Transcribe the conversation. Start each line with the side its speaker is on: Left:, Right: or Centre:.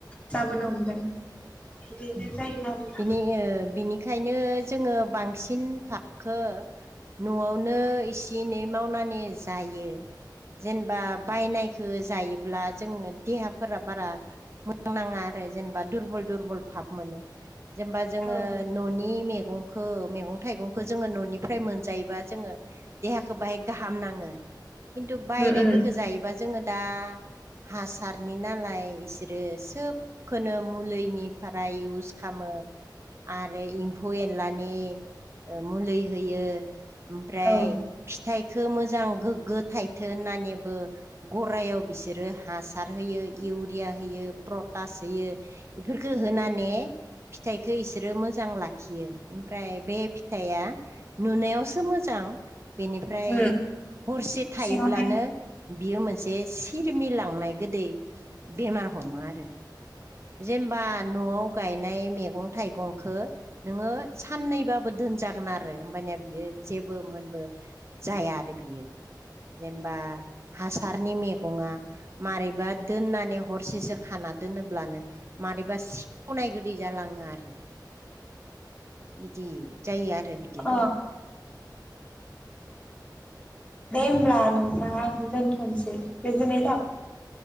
Left: जाबोनो हमदों बिदिनो
Right: बिनि
Left: जायो आरोना
Right: बिनिखायनो जोङो बांसिन फाखखो न'आवनो इसे एनै मावनानै जायो जेनेबा बायनायखौ जायोब्ला जोंनो देहाफोरा बारा मोजांनाङा जेनेबा दुरबल दुरबल फाब मोनो जेनेबा जोङो
Left: औ
Right: न'नि मेगं मैगं थाइगंखौ जोङो न'निफ्राय मोनजायोबा जोङो देहाखौ बाहाय गाहाम नाङो। खिनथु बायनायफोरखो
Left: उम उम
Right: जायोबा जोङो दा हासारनि नालाय बिसोरो सोब खोनो मुलिनिफ्राय इउस खामो। आरो एमफौ एनलानि मुलि होयो। ओमफ्राय
Left: औ
Right: फिथाइ मोजां गोगो थाइथो होननानैबो गरायाव बिसोरो हासार होयो इउरिया होयो प्रद होयो बेखो होनानै फिथाइखौ इसोरो मोजां लाखियो। ओमफ्राय बे फिथाइया नुनायावसो मोजां बेनिफ्राय
Left: उम
Right: हरसे थायोब्लानो
Left: सिङावहाय
Right: बियो मोनसे सिरमिलांनाय गोदै बेमार हमो आरो जेनेबा न'आव गायनाय मैगं थाइगंखो नोङो साननैबाबो बो दोनजागोन आरो होमबानिया बियो जेबो मोनबो जाया आरो बियो जेनेबा हासारनि मैगङा मारैबा दोननानै हरसेसो खानानै ना दोनोब्लानो मानिबा सिवनाय गोदै जालाङो आरो बिदि जायो आरो बिदि
Left: अ दे होमब्ला नोंथां आं दोनथ'नोसै गोजोननाय थाबाय।